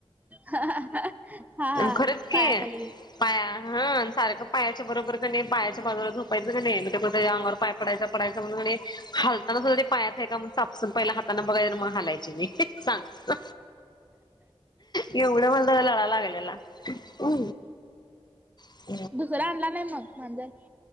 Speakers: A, on the right (about 15°); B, on the left (about 45°).
A: हा हा
B: खरंच
A: पायाखाली
B: की
A: ईल
B: पाया हा सारखं पायाच्या बरोबर कनी पायाच्या बाजूला झोपायचं कनी म कुठ तेज्या अंगावर पाय पडायचा पडायचा म्हणून कणी हलताना सुद्धा ते पायात हाय का चापसून पहिला हातान बघाय आणि मग हालायची मी सांग एवढं मला त्याजा लळा लागेलला उ <unintelligible>
A: दुसरा आणला नाही मग मांजर